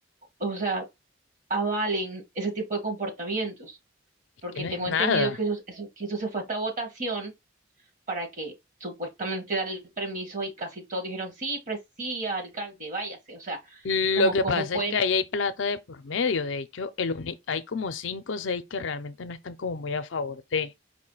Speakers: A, on the right; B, on the left.
A: o sea, avalen ese tipo de comportamientos.
B: es
A: porque
B: que no
A: tengo
B: es nada.
A: entendido que eso, eso- que eso se fue hasta votación para que supuestamente dar el permiso y casi todos dijeron, sí, pres sí, alcalde, váyase. O sea,
B: Lo
A: es como,
B: que
A: ¿cómo
B: pasa
A: pueden?
B: es que ahí hay plata de por medio. De hecho, el uni- hay como cinco o seis que realmente no están como muy a favor de,